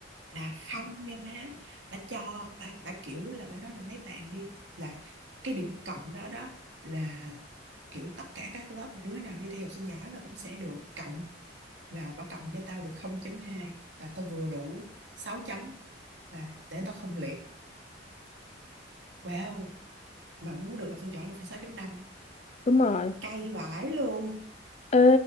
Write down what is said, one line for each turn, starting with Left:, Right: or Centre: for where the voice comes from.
Right: là không nha má bà cho bà, bà kiểu là bà nói là mấy bạn đi là cái điểm cộng đó đó là kiểu tất cả các lớp mà đứa nào đi thi học sinh giỏi là cũng sẽ được cộng là bà cộng cho tao được 0.2 là tao vừa đủ 6 chấm là để tao không liệt wow mà muốn được học sinh giỏi là phải 6.5
Left: Đúng rồi.
Right: cay vãi luôn
Left: Ê,